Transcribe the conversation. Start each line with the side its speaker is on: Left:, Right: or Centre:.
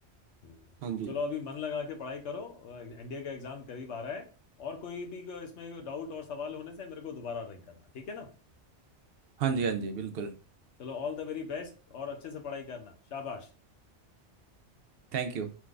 Left: हम्म
Right: हाँ जी
Left: चलो अभी मन लगा के पढ़ाई करो एनडीए का एग्जाम करीब आ रहा है और कोई भी को इसमें डाउट और सवाल होने से मेरे को दोबारा रिंग करना ठीक है ना
Right: हाँ जी हाँ जी बिल्कुल
Left: चलो ऑल द वेरी बेस्ट और अच्छे से पढ़ाई करना शाबाश
Right: Thank you